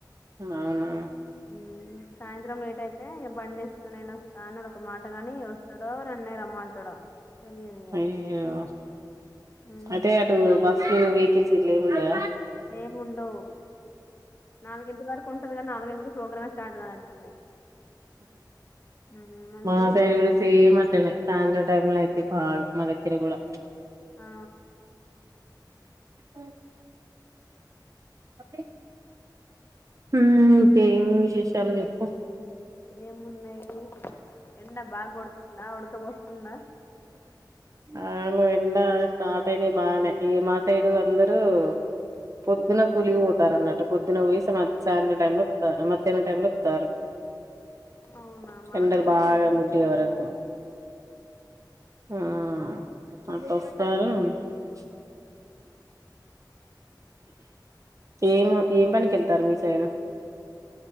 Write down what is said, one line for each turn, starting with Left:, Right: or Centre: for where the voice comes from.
Right: అవునా
Left: హుమ్మ్ సాయంత్రం లేట్ అయితే బండి ఏసుకోని నేను వస్తా అని ఒక మాట గాని, వస్తాడో నన్నే రమ్మంటాడో. తెలియదు ఇక
Right: అయ్యో
Left: ఉమ్,
Right: అదే అటు బస్. వెకిల్స్ గిట్ల ఏముండయా.
Left: ఏముండవ్. నాల్గింటి వరకు ఉండ్. అన్నారు గానీ నాలుగింటికి ప్రోగ్రామే స్టార్ట్ కానట్టుంది. ఉమ్, అందుకని
Right: మా సైడ్ కూడా సేమ్ అట్లానే సాయంత్రం. టైమ్ లో అయితే బాగా మాదగ్గర గూడా.
Left: ఆ
Right: ఓ <unintelligible> హ్మ్ ఇంకేం విశేషాలు చెప్పు.
Left: ఏమున్నాయి. ఎండ బాగ్ గొడుతుందా <unintelligible> ఉక్క పోస్తుందా.
Right: ఆలో ఎండ. స్టార్ట్ అయినాయి బాగానే, ఈ మా సైడు అందరు. పొద్దున కూలి పోతారు అన్నట్టు. పొద్దున పోయ్యి సా సాయంత్రం టైమ్ లో ఒత్తర్ర్, మధ్యాహ్నం టైమ్ లో ఓ.
Left: అవునా మాకేమో
Right: ఎండలు బాగా
Left: పొద్దున
Right: ముదిరే
Left: మధ్యాహ్నం
Right: వరకు. ఆ పటాస్. <unintelligible> ఏం ఏం పనికి వెళ్తారు, మీ సైడు.